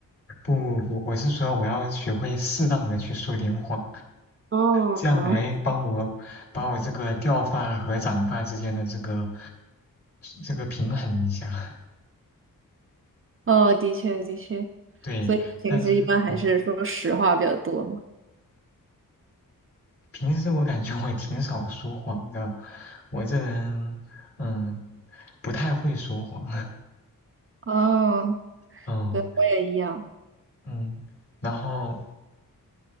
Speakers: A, on the left; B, on the right.
A: 不不不，我是说我要学会适当的去说点谎，
B: 哦，
A: 这样来帮我把我这个掉发和长发之间的这个这个平衡一下。<laughs>
B: 哦，的确的确，
A: 对，
B: 所以平时一般还是说实话比较多嘛。
A: 但是嗯，平时我感觉我挺少说谎的，我这人嗯不太会说谎，
B: 哦，
A: <laughs> 嗯
B: 对，我也一样。
A: 嗯，然后